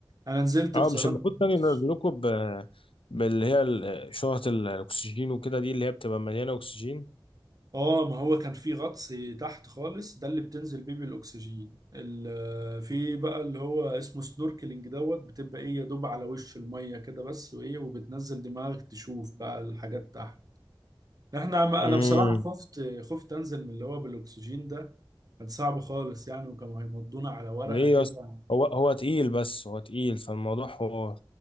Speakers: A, on the right; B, on the left.
A: انا نزلت
B: اه
A: بصراحه
B: مش المفروض
A: ما كنتش-
B: كانوا ينزلوكوا ب باللي هي ال- شنط ال- الاكسجين وكده دي اللي هي بتبقى مليانه اكسجين
A: اه ما هو كان في غطس تحت خالص ده اللي بتنزل بيه بالاكسجين ال- آه، في بقى اللي هو اسمه سنوركلينج دوت بتبقى ايه يا دوب على وش الميه كده بس وايه وبتنزل دماغك تشوف بقى الحاجات تحت احنا عم- انا
B: امم
A: بصراحه خفت خفت انزل من اللي هو بالاكسجين ده كان صعب خالص يعني وكانوا هيمضونا على ورقه
B: ليه
A: كده
B: يا اسطى هو هو تقيل بس هو تقيل فالموضوع هو